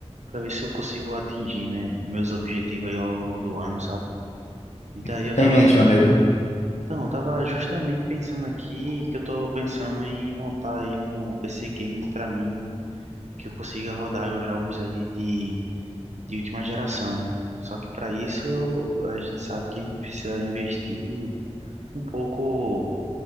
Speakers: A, on the right; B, on the left.
A: pra ver se eu consigo atingir, né? Meus objetivos aí ao longo do ano, sabe? E daí
B: O que
A: eu
B: Tá
A: tava,
B: em mente, meu amigo.
A: então, eu tava justamente pensando aqui que eu tô pensando em montar aí um PC game pra mim, que eu consiga rodar os jogos aí de de última geração, né? Só que para isso a gente sabe que a gente precisa investir um pouco,